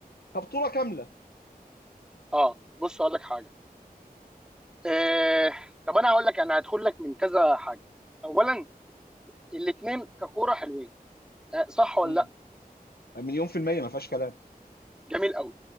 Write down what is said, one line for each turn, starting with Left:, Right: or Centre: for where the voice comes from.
Left: كبطوله كامله
Centre: أه بص أقول لك حاجة آه طب انا هقول لك انا هدخل لك من كذا حاجه اولا الاثنين ككوره حلوين آه صح ولا
Left: مم.
Centre: لا
Left: مليون في الميه ما فيهاش كلام
Centre: جميل قوي